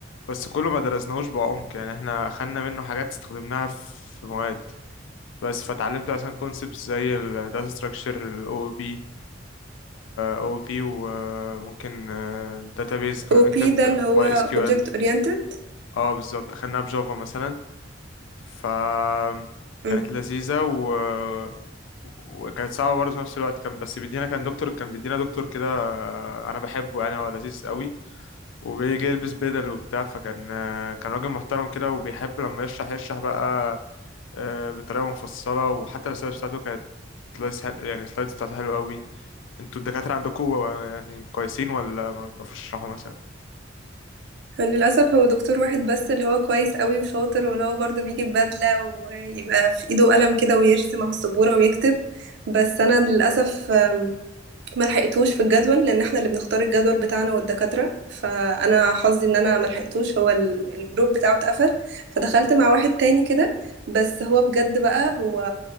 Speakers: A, on the left (about 80°); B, on the right (about 65°).
A: بس كله ما درسناهوش بعمق يعني احنا خدنا منه حاجات استخدمناها في مواد بس فتعلمت مثلا كونسبتس زي الداتا ستراكشر الاو او بي او بي وممكن داتابيز كنا
B: او
A: بنكتب
B: بي ده اللي هو
A: ماي اس كيو
B: object
A: ال
B: oriented
A: اه بالظبط اخدناها بجافا مثلا فكانت
B: امم
A: لذيذة و... وكانت صعبة برضه في نفس الوقت كان بس بيدينا كان دكتور كان بيدينا دكتور كده آه، أنا بحبه يعني هو لذيذ قوي وبيجي يلبس بدل وبتاع فكان آه، كان راجل محترم كده وبيحب لما يشرح يشرح بقى آه، بطريقة مفصلة وحتى السلايدز بتاعته كانت سلايدز حل... يعني السلايدز بتاعته حلوة قوي انتوا الدكاترة عندكم يعني كويسين ولا ما بتعرفوش تشرحوا مثلا؟
B: للاسف هو دكتور واحد بس اللي هو كويس قوي وشاطر واللي هو برضو بيجي ببدلة ويبقى في ايده قلم كده ويرسم على السبورة ويكتب بس انا للاسف ما لحقتوش في الجدول لان احنا اللي بنختار الجدول بتاعنا والدكاتره فانا حظي ان انا ما لحقتوش هو ال- الجروب بتاعه اتقفل فدخلت مع واحد تاني كده بس هو بجد بقى هو